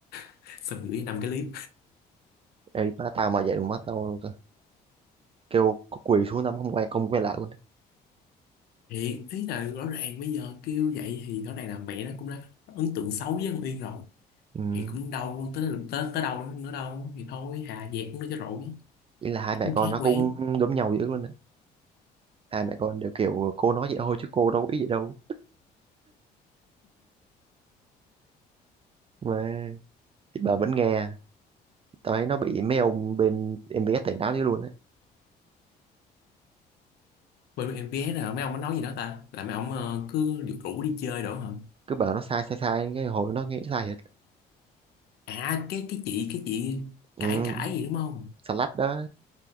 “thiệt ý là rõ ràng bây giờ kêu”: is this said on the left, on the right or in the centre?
Left